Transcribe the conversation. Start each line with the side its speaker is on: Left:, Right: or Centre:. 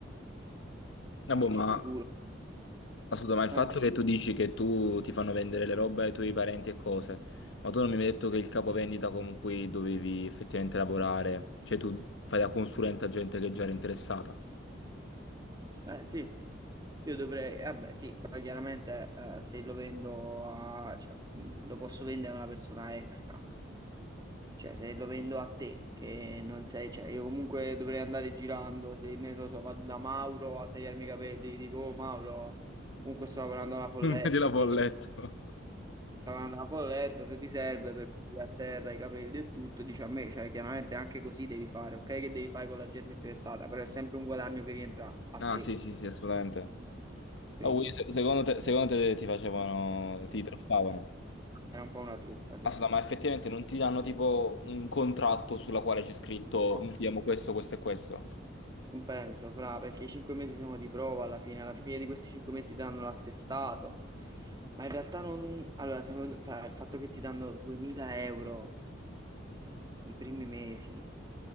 Left: Vabbè,
Right: Perché
Left: ma...
Right: sicuro.
Left: Ascolta, ma il
Right: Ah,
Left: fatto che tu dici che tu ti fanno vendere le robe ai tuoi parenti e cose, ma tu non mi hai detto che il capovendita con cui dovevi effettivamente lavorare, cioè tu fai da consulente a gente che già era interessata. <laughs>
Right: eh sì, io dovrei, eh, vabbè sì, poi chiaramente eh, se lo vendo a, cioè, mh, lo posso vendere a una persona extra, Cioè, se lo vendo a te, che non sei, cioè, io comunque dovrei andare girando, se ne lo so, vado da Mauro a tagliarmi i capelli, gli dico, oh Mauro, comunque sto lavorando alla Folletto,
Left: Non vedi la folletto.
Right: ti sto lavorando alla Folletto, se ti serve per pulire a terra i capelli e tutto, dici a me, cioè, chiaramente anche così devi fare, ok, che devi fare con la gente interessata, però è sempre un guadagno che rientra a
Left: Ah,
Right: te,
Left: sì, sì, sì, assolutamente.
Right: quindi
Left: Ah, quindi se- secondo te, secondo te ti facevano, ti truffavano?
Right: era un po' una truffa,
Left: Ascolta, ma effettivamente non ti danno tipo un contratto sulla quale c'è scritto
Right: sì.
Left: noi ti diamo questo, questo e questo?
Right: Non penso, fra, perché i cinque mesi sono di prova alla fine, alla fine di questi cinque mesi danno l'attestato, ma in realtà non... Allora, secondo... fra, il fatto che ti danno 2000 euro i primi mesi,